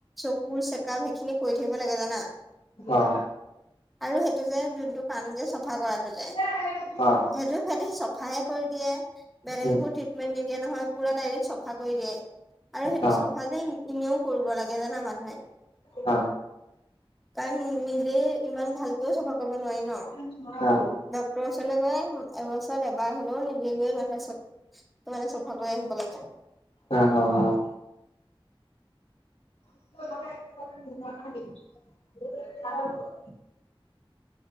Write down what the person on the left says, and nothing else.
অ'।
অ'।
উম,
অ'।
অ', অ',
<unintelligible>
অ', অ', অ'। <unintelligible>